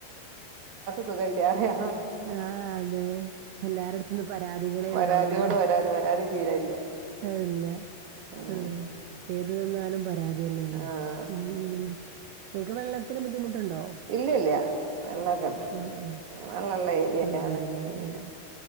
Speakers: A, on the right; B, on the right.
A: സുഖല്ല്യാറിയാ
B: ആഹ് അതെ എല്ലാരുടുത്ത്ന്ന് പരാതികളെ
A: പരാതിയോട്
B: ഉണ്ടാവുള്ളൂ.
A: പരാതി പരാതി തീരല്ല
B: അല്ല
A: ആഹ്
B: ഉം ഏത് നിന്നാലും പരാതി അതുതന്നെയാണ്
A: ആഹ്
B: ഉം നിങ്ങക്ക് വെള്ളത്തിന് ബുദ്ധിമുട്ടുണ്ടോ
A: ഇല്ലയില്ലാ വെള്ളൊക്കൊണ്ട്
B: ഉം ഉം
A: അത് നല്ല ഏരിയയാണ്
B: ഉം ഉണ്ടല്ലേ
A: പിന്നെ
B: ഉം